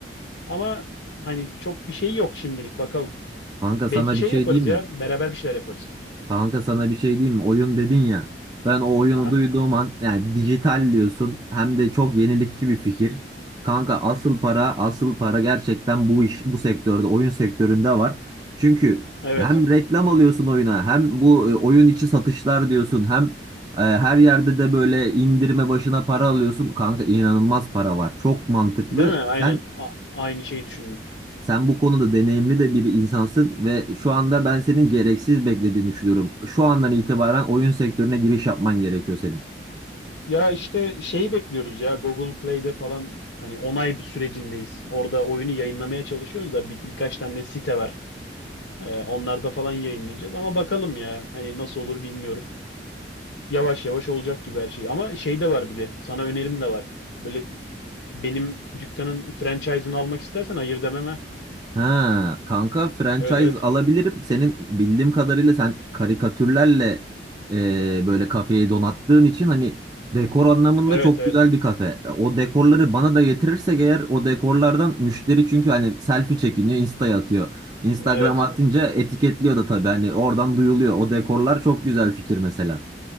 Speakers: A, on the left; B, on the right.
A: Ama hani çok bir şey yok şimdilik bakalım.
B: Kanka
A: Belki
B: sana
A: şey
B: bir şey
A: yaparız
B: diyeyim
A: ya
B: mi?
A: beraber bir şeyler yaparız.
B: Kanka sana bir şey diyeyim mi? Oyun dedin ya. Ben o oyunu
A: Aha.
B: duyduğum an yani dijital diyorsun hem de çok yenilikçi bir fikir. Kanka asıl para asıl para gerçekten bu iş bu sektörde oyun sektöründe var. Çünkü
A: Evet.
B: hem reklam alıyorsun oyuna hem bu e, oyun içi satışlar diyorsun hem e, her yerde de böyle indirme başına para alıyorsun. Kanka inanılmaz para var. Çok mantıklı.
A: Değil mi? Aynen.
B: Sen
A: A- aynı şeyi düşündüm.
B: sen bu konuda deneyimli de bir insansın ve şu anda ben senin gereksiz beklediğini düşünüyorum. Şu andan itibaren oyun sektörüne giriş yapman gerekiyor senin.
A: Ya işte şeyi bekliyoruz ya Google Play'de falan hani onay sürecindeyiz. Orada oyunu yayınlamaya çalışıyoruz da bir- birkaç tane site var. Ee, onlarda falan yayınlayacağız ama bakalım ya hani nasıl olur bilmiyorum. yavaş yavaş olacak gibi her şey. Ama şey de var bir de. Sana önerim de var. Böyle benim dükkanın franchise'ını almak istersen hayır dememe.
B: Ha, kanka franchise
A: Evet evet.
B: alabilirim. Senin bildiğim kadarıyla sen karikatürlerle eee, böyle kafeyi donattığın için hani dekor anlamında
A: Evet
B: çok
A: evet.
B: güzel bir kafe. O dekorları bana da getirirsek eğer o dekorlardan müşteri çünkü hani selfie çekiniyor, Insta'ya atıyor. Instagram'a
A: Evet.
B: atınca etiketliyor da tabii hani oradan duyuluyor. O dekorlar çok güzel fikir mesela.